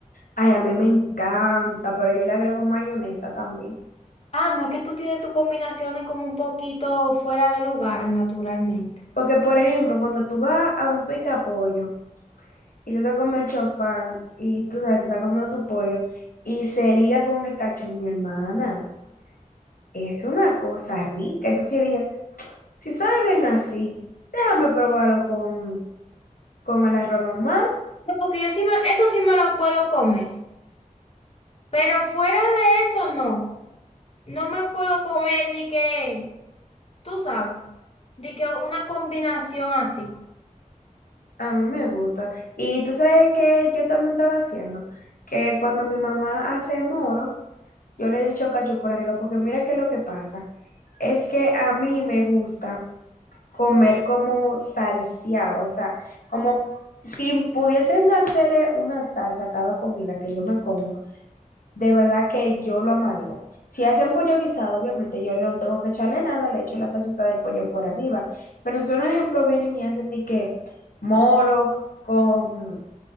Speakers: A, on the left; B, on the left.
A: Ay, a mí me encanta, pero yo le agrego mayonesa también.
B: Ah, no, es que tú tienes tus combinaciones como un poquito fuera de lugar, naturalmente.
A: Porque, por ejemplo, cuando tú vas a un pica pollo y te te comes el chofán y tú sabes, te estás comiendo tu pollo y se liga con el cachú, mi hermana, es una cosa rica. Entonces yo dije, si sabe bien así, déjame probarlo con con el arroz normal,
B: No, Porque yo sí me, eso sí me lo puedo comer. Pero fuera de eso, no. No me puedo comer de que, tú sabes, de que una combinación así.
A: a mí me gusta. Y tú sabes que yo también estaba haciendo, que cuando mi mamá hace moro, yo le echo cachú por arriba, porque mira que lo que pasa es que a mí me gusta comer como salseado, o sea, como si pudiesen hacerle una salsa a cada comida que yo me como. De verdad que yo lo amaría. Si hacen pollo guisado, obviamente yo no tengo que echarle nada, le echo la salsita del pollo por arriba. Pero si un ejemplo vienen y hacen de que moro con,